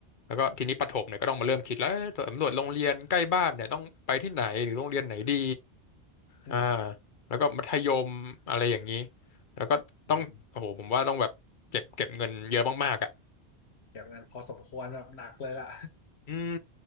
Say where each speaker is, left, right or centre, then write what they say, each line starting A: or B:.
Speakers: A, on the left (about 50°); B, on the left (about 70°).
A: แล้วก็ทีนี้ประถมเนี่ยก็ต้องมาเริ่มคิดแล้วเอ้ยสำรวจโรงเรียนใกล้บ้านเนี่ยต้องไปที่ไหนหรือโรงเรียนไหนดี
B: อืม
A: อ่าแล้วก็มัธยมอะไรอย่างนี้แล้วก็ต้องโอ้โหผมว่าต้องแบบเก็บเก็บเงินเยอะมากๆอ่ะ
B: อืม เก็บเงินพอสมควรแบบหนักเลยล่ะ
A: อืม